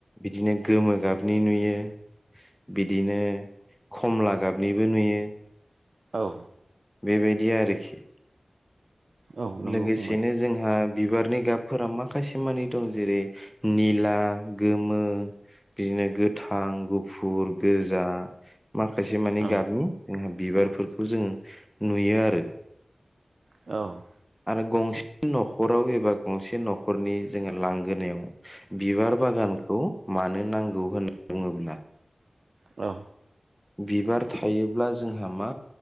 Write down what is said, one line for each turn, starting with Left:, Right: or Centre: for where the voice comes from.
Centre: दिनो गोमो गाबनि नुयो। बिदिनो खमला गाबनिबो नुयो‌।
Right: औ
Centre: बेबायदि आरोखि
Right: औ नंगौ
Centre: लोगोसेनो
Right: फंबाय
Centre: जोंहा बिबारनि गाबफोरा माखासे मानि दं जेरै निला गोमो बिदिनो गोथां गुफुर गोजा। माखासे मानि
Right: औ
Centre: गाबनि जोंहा बिबारफोरखौ जों नुयो आरो
Right: औ
Centre: रो गंसे नखराव एबा गंसे नखरनि जोंङो लांगोनायाव बिबार बागानखौ मानो नांगौ होनना बुङोब्ला
Right: औ
Centre: बिबार थायोब्ला जोंहा मा